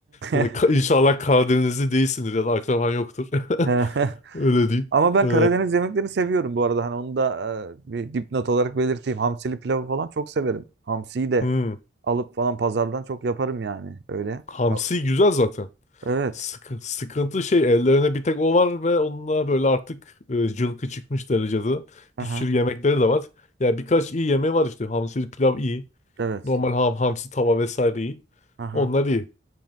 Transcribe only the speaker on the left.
böyle
ka- inşallah Karadenizli değilsindir ya da akraban yoktur.
<laughs> Öyle diyeyim.
E,
hmm.
Hamsi
güzel zaten.
Sıkı- sıkıntı şey ellerine bir tek o var ve onunla böyle artık e, cılkı çıkmış derecede.
Bir sürü yemekleri de var. yani birkaç iyi yemeği var işte. Hamsili pilav iyi.
Normal ham, hamsi tava vesaire iyi.
Onlar iyi.